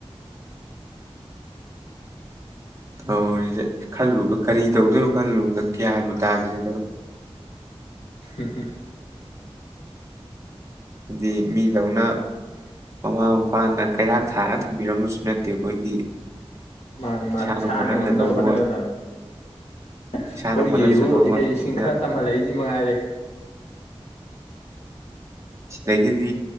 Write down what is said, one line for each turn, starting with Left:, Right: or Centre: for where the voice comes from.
Right: ꯇꯧꯔꯤꯁꯦ ꯈꯜꯂꯨꯕ ꯀꯔꯤ ꯇꯧꯗꯣꯏꯅꯣ ꯈꯜꯂꯨꯕꯗ ꯒ꯭ꯌꯥꯕꯨ ꯇꯥꯗ꯭ꯔꯦ
Left: ꯁꯤ ꯁꯤ
Right: ꯖꯤ ꯃꯤ ꯗꯧꯅ ꯃꯃꯥ ꯃꯄꯥꯅ ꯀꯩꯔꯥꯛ ꯊꯥꯔꯒ ꯊꯝꯕꯤꯔꯝꯕꯁꯨ ꯅꯠꯇꯦ ꯑꯩꯈꯣꯏꯗꯤ
Left: ꯃꯥꯅꯦ ꯃꯥꯅꯦ
Right: ꯏꯁꯥꯅ ꯍꯣꯠꯅꯖꯗꯧꯕ
Left: ꯉꯝꯅꯕ ꯍꯣꯠꯅꯒꯗꯕꯅꯤ
Right: ꯏꯁꯥꯅ
Left: ꯑꯩꯈꯣꯏꯒꯤꯕꯨ
Right: ꯍꯣꯠꯅꯖꯗꯧꯕ
Left: ꯏꯍꯩ
Right: ꯉꯥꯛꯇꯅꯤꯅ
Left: ꯏꯁꯤꯡ ꯈꯔ ꯇꯝꯍꯜꯂꯛꯏꯁꯤ ꯃꯉꯥꯏꯔꯦ
Right: ꯁꯤꯗꯒꯤꯗꯤ